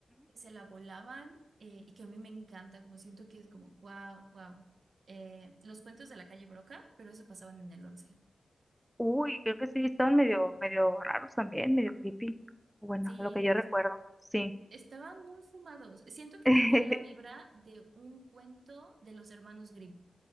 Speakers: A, on the right; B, in the centre.
A: que se la volaban eh, y que a mí me encanta, como siento que es como wow, wow. Eh, los cuentos de la calle Broca, pero eso pasaban en el once.
B: Uy, creo que sí, estaban medio, medio raros también, medio creepy. Bueno,
A: Sí,
B: lo que yo recuerdo, sí.
A: estaban muy fumados. Siento que
B: <laughs>
A: tenían la vibra de un cuento de los hermanos Grimm.